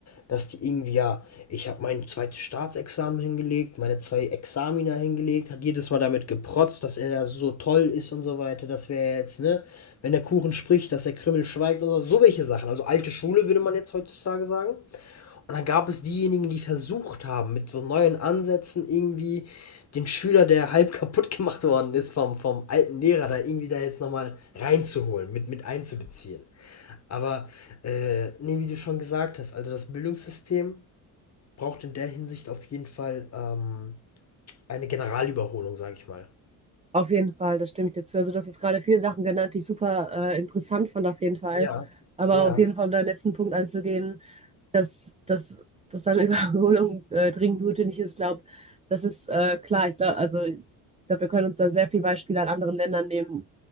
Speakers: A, on the left (about 40°); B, on the right (about 15°).
A: dass die irgendwie, ja, ich habe mein zweites Staatsexamen hingelegt, meine zwei Examina hingelegt, hat jedes Mal damit geprotzt, dass er ja so toll ist und so weiter, dass wir jetzt, ne, wenn der Kuchen spricht, dass der Krümmel schweigt oder so, so welche Sachen. Also alte Schule würde man jetzt heutzutage sagen. Und dann gab es diejenigen, die versucht haben, mit so neuen Ansätzen irgendwie den Schüler, der halb kaputt <laughs> gemacht worden ist vom, vom alten Lehrer, da irgendwie da jetzt nochmal reinzuholen, mit, mit einzubeziehen. Aber, äh, nee, wie du schon gesagt hast, also das Bildungssystem braucht in der Hinsicht auf jeden Fall, ähm, eine Generalüberholung, sage ich mal.
B: Auf jeden Fall, das stimme ich dir zu. Also, du hast jetzt gerade viele Sachen genannt, die ich super äh, interessant fand, auf jeden Fall.
A: Ja,
B: Aber
A: ja,
B: auf jeden Fall, um deinen letzten Punkt einzugehen, dass, dass, dass deine <laughs> Überholung äh, dringend notwendig ist, glaube das ist äh, klar. Ich glaube, also, ich glaube, wir können uns da sehr viele Beispiele an anderen Ländern nehmen.